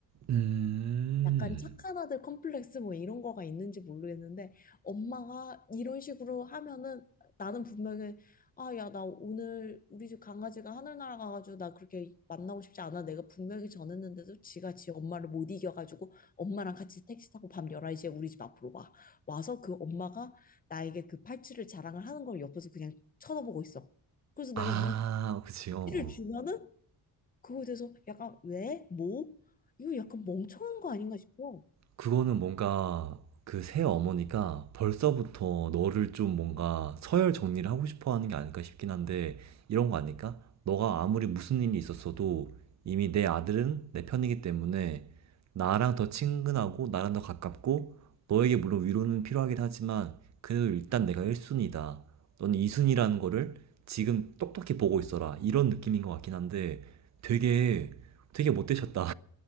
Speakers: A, on the right (about 45°); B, on the left (about 20°).
A: 음,
B: 약간 착한 아들 컴플렉스 뭐 이런 거가 있는지 모르겠는데 엄마가 이런 식으로 하면은 나는 분명히 아, 야, 나 오늘 우리 집 강아지가 하늘 날아가가지고 나 그렇게 만나고 싶지 않아. 내가 분명히 전했는데도 지가 지 엄마를 못 이겨가지고 엄마랑 같이 택시 타고 밤 11시에 우리 집 앞으로 와. 와서 그 엄마가 나에게 그 팔찌를 자랑을 하는 걸 옆에서 그냥 쳐다보고 있어. 그래서 내가
A: 아,
B: 눈치를
A: 그치, 어, 어.
B: 주면은 그거에 대해서 약간 왜? 뭐? 이거 약간 멍청한 거 아닌가 싶어.
A: 그거는 뭔가 그 새 어머니가 벌써부터 너를 좀 뭔가 서열 정리를 하고 싶어 하는 게 아닐까 싶긴 한데 이런 거 아닐까? 너가 아무리 무슨 일이 있었어도 이미 내 아들은 내 편이기 때문에 나랑 더 친근하고 나랑 더 가깝고 너에게 물론 위로는 필요하긴 하지만 그래도 일단 내가 1순위다. 너는 2순위라는 거를 지금 똑똑히 보고 있어라. 이런 느낌인 것 같긴 한데 되게 되게 못 되셨다.